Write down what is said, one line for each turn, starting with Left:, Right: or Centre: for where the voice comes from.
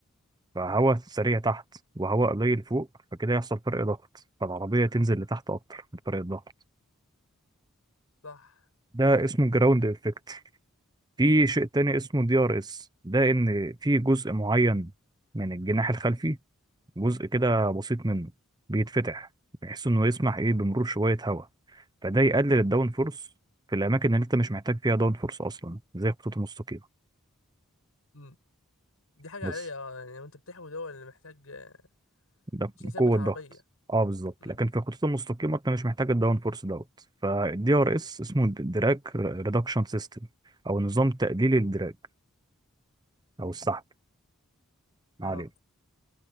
Right: فهوا
Left: امم
Right: سريع تحت وهواء قليل فوق فكده يحصل فرق ضغط فالعربيه تنزل لتحت اكتر من فرق الضغط
Left: صح
Right: ده اسمه جراوند افكت في شيء تاني اسمه دي ار اس ده ان في جزء معين من الجناح الخلفي جزء كده بسيط منه بيتفتح بحيث انه يسمح ايه بمرور شوية هواء فده يقلل الداون فورس في الاماكن اللي انت مش محتاج فيها داون فورس اصلا زي الخطوط المستقيمة
Left: امم دي حاجه
Right: بس
Left: عاديه اه يعني وانت بتحوي دول اللي محتاج آه،
Right: ده
Left: عشان يثبت
Right: قوة
Left: عربيه
Right: ضغط اه بالظبط
Left: امم
Right: لكن في الخطوط المستقيمة انت مش محتاج الداون فورس دوت فالدي ار اس اسمه دراج ريدكشن سيستم او نظام تقليل الدراج او السحب ما
Left: اه
Right: علينا